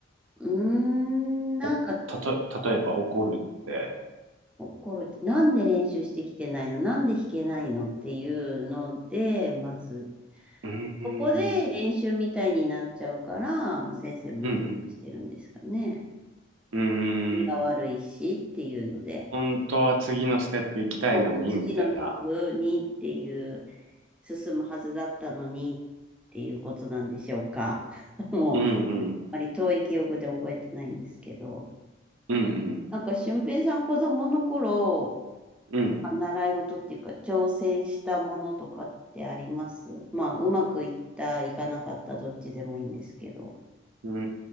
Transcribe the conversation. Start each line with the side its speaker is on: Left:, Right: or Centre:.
Centre: うーん、なんか
Right: お、たと、例えば怒るって。
Centre: 怒る。なんで練習してきてないのなんで弾けないのっていうので、まず、
Right: うーん、う
Centre: そこで練習みたいになっちゃうから、
Right: ん、
Centre: もう先生もイライラしてるんですかね。
Right: うん、うー
Centre: 何が悪いしっていうので、
Right: ん、本当は次のステップ行きたいのに、
Centre: こう次の曲にっていう
Right: みたいな。
Centre: 進むはずだったのにっていうことなんでしょうか。<laughs> もう、
Right: うん、
Centre: あまり遠い記憶で覚えてないんですけど。
Right: うん、うん、うん、
Centre: なんか、俊平さん子供の頃、
Right: うん。
Centre: 習い事っていうか、挑戦したものとかってありますまあ、うまくいった、いかなかった、どっちでもいいんですけど。
Right: うー